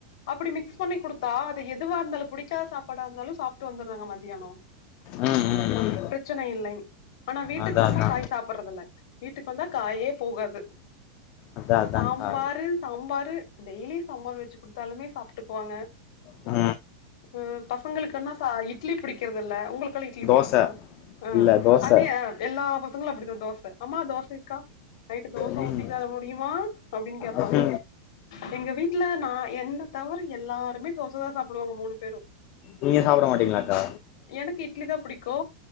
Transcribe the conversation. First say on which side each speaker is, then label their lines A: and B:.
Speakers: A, on the left; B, on the left.
A: அப்டி மிக்ஸ் பண்ணி குடுத்தா அது எதுவா இருந்தாளு புடிக்கா சாப்பாட இருந்தாலும் சாப்ட்டு வந்துறாங்க மத்தியானோ
B: ம் ம் ம்
A: பிரச்சன இல்ல ஆனா வீட்டுக்கு
B: அதா
A: வந்தா
B: அதா
A: காய் சாப் ப்புறதுல்ல வீட்டுக்கு வந்தா காயே போகாது
B: அதா அதான்க்கா
A: சாம்பாரு சாம்பாரு டெய்லி சாம்பார் வெச்சு குடுத்தாலுமே சாப்ட்டுக்குவாங்க
B: ஆ
A: ம் பசங்களுக்கன்னா சா இட்லி புடிக்கறதில்ல உங்களுக்கெல்லா இட்லி
B: தோச
A: புடிக்குமா ஆ
B: இல்ல தோச
A: அது ஏ எல்லா பசங்களு அப்டிதா தோச அம்மா தோச இருக்கா நைட்டு தோச
B: ம்
A: ஊத்தி தர முடியுமா அப்டின்னு கேப்பாங்க
B: ஓகே
A: எங்க வீட்டுல நா என்ன தவர எல்லாருமே தோசதா சாப்புடுவாங்க மூணு பேரு
B: நீங்க சாப்பிட மாட்டீங்களாக்கா
A: எனக்கு இட்லி தா பிடிக்கு